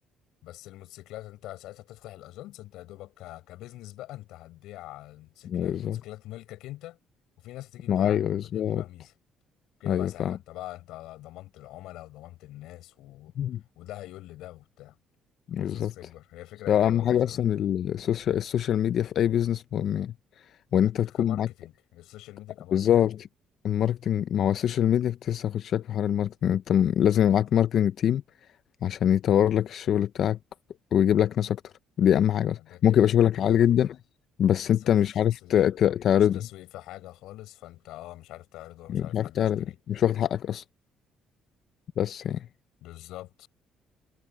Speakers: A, on the left; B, on the left.
A: بس الموتوسيكلات انت ساعتها تفتح الاجانس انت يا دوبك ك... كبزنس بقى انت هتبيع موتوسيكلات
B: بالظبط
A: موتوسيكلات ملكك انت وفي ناس هتيجي تبيع
B: ما
A: عندك
B: أيوه بالظبط
A: فدي بتبقى ميزة كده
B: أيوه
A: بقى ساعتها
B: فعلا
A: انت بقى انت ضمنت العملاء وضمنت الناس و...
B: مم.
A: وده هيقول لده وبتاع
B: بالظبط
A: البيزنس بتكبر هي فكرة
B: ده
A: حلوة
B: أهم
A: قوي
B: حاجة
A: بصراحة
B: أصلا السوشيال السوشيال ميديا في أي بيزنس مهم يعني وإن
A: يعني
B: أنت
A: ك-
B: تكون
A: كماركتينج
B: معاك
A: السوشيال ميديا كماركتينج
B: بالظبط الماركتنج ما هو السوشيال ميديا كنت لسه هاخد شكل في حوار الماركتنج أنت م- لازم يبقى معاك ماركتنج تيم عشان يطور لك الشغل بتاعك ويجيب لك ناس أكتر دي أهم حاجة أصلا
A: ده كده
B: ممكن يبقى
A: كده
B: شغلك
A: في
B: عالي جدا بس
A: بس
B: أنت
A: ما
B: مش
A: فيش
B: عارف
A: تسويق
B: ت- ت- تعرضه
A: مفيش تسويق في حاجة خالص فانت اه مش عارف تعرضه ومش عارف
B: مش عارف
A: حد
B: تعرض
A: يشتريه
B: مش واخد حقك أصلا بس يعني
A: بالظبط